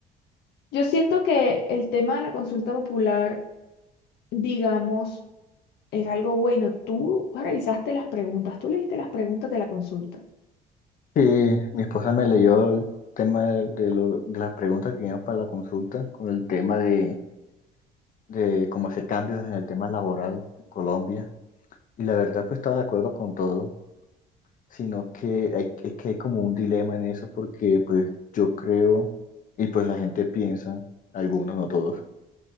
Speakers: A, on the left; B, on the left.
A: yo siento que el tema de la consulta popular, digamos, era algo bueno. Tú revisaste las preguntas, tú leíste las preguntas de la consulta.
B: Sí, mi esposa me leyó el tema de, de lo- de las preguntas que iban para la consulta con el tema de, de cómo hacer cambios en el tema laboral en Colombia. Y la verdad, pues estaba de acuerdo con todo. sino que hay, es que hay como un dilema en eso porque pues yo creo, y pues la gente piensa, algunos, no todos,